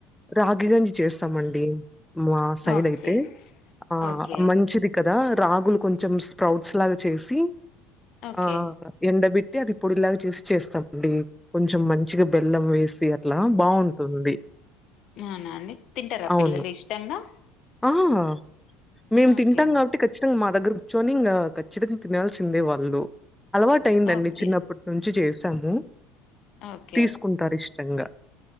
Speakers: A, in the centre; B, on the left.
A: రాగిగంజి చేస్తామండి. మా సైడ్
B: ఓకే
A: అయితే ఆ
B: ఓకే
A: మంచిది. కదా రాగులు కొంచెం స్ప్రౌట్స్ లాగా చేసి
B: ఓకే
A: ఆ ఎండబెట్టి అది పొడిలాగా చేసి చేస్తామండి కొంచెం మంచిగా బెల్లం వేసి. అట్లా బాగుంటుంది
B: అవునా అండి తింటారా
A: అవును.
B: పిల్లలు ఇష్టంగా
A: మ్ హూ మేము
B: ఓకే
A: తింటాం కాబట్టి ఇక్కడ ఖచ్చితంగా మా దగ్గర కూర్చొని ఇంకా ఖచ్చితంగా తినాల్సిందే వాళ్ళు అలవాటు అయిందండి
B: ఓకే
A: చిన్నప్పుడు నుంచి చేసాము
B: ఓకే
A: తీసుకుంటారు ఇష్టంగా.